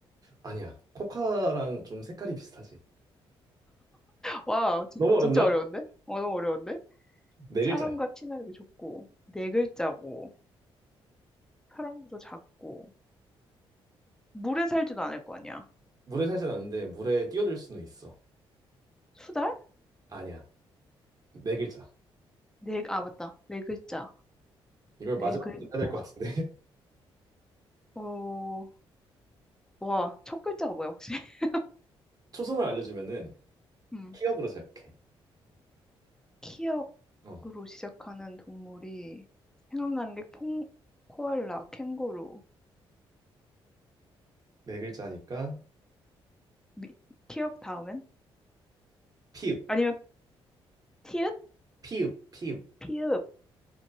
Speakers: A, on the right (about 35°); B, in the centre.
A: 아니야. 코카랑 좀 색깔이 비슷하지.
B: 와, 진,
A: 너무 어렵나?
B: 진짜 어려운데? 어, 너무 어려운데?
A: 네
B: 사람과
A: 글자야.
B: 친화력이 좋고, 네 글자고. 사람보다 작고 물에 살지도 않을 거 아니야.
A: 물에 살진 않는데 물에 뛰어들 수는 있어.
B: 수달?
A: 아니야. 네 글자.
B: 네, 아 맞다. 네 글자.
A: 이걸
B: 네
A: 마지막으로
B: 글자.
A: 해야 될 것 같은데. <laughs>
B: 어, 와, 첫 글자가 뭐야 혹시? <laughs>
A: 초성을 알려주면은
B: 음,
A: 피읍으로 시작해.
B: 키역으로
A: 어.
B: 시작하는 동물이 생각나는 게 콩, 코알라, 캥거루.
A: 네 글자니까
B: 미, 키역 다음엔?
A: 피읍,
B: 아니면 티읕?
A: 피읍, 피읍.
B: 피읕?